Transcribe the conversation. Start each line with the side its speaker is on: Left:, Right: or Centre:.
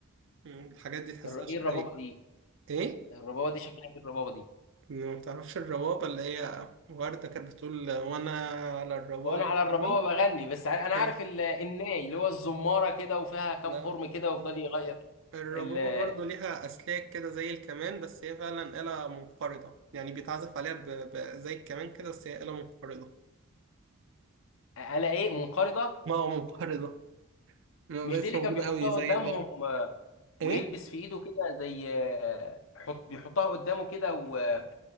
Right: مم، الحاجات دي تحسها
Left: الر-
Right: شرقية
Left: إيه الربابة دي
Right: ايه
Left: الربابه دي شكلها ايه الربابه دي
Right: ما تعرفش الربابة اللي هي وردة كانت بتقول وانا على الربابة
Left: وانا على الربابه
Right: مني
Left: بغني بس ع- انا عارف
Right: هي.
Left: ال- الناي اللي هو الزماره كده وفيها كام
Right: لا
Left: خرم كده ويفضل يغير
Right: الربابة
Left: ال-
Right: برضو ليها أسلاك كده زي الكمان بس هي فعلا آلة منقرضة يعني بيتعزف عليها ب... ب... زي الكمان كده بس هي آلة منقرضة
Left: على ايه منقرضه
Right: ما هو منقرضة ما
Left: مش
Right: بقتش
Left: دي اللي
Right: موجودة
Left: كان بيحطها
Right: أوي زي
Left: قدامهم
Right: الأول
Left: آه، ويلبس
Right: ايه
Left: في ايده كده زي آه، حط بيحطها قدامه كده و-